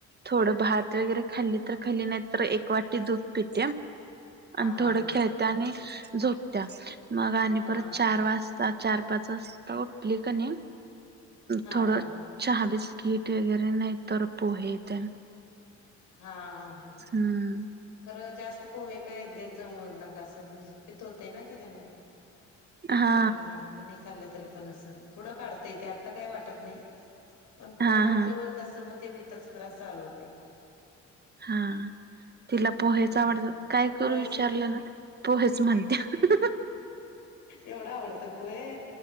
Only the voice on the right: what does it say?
थोडं भात वगैरे खाल्ली तर खाल्ली नाही तर, एक वाटी दूध पिते.
आणि
थोड
खेळत्या आणि झोपत्या मग आणि
परत चार वाजता, चार पाच वाजता उठली कनी,
थोडं
चहा बिस्किट वगैरे, नाही तर पोहेेतेन
हम्म.
हा
हा
हा
हा तिला
पोहेच आवडतात काय करू
विचारलं न पोहेच म्हणत्या.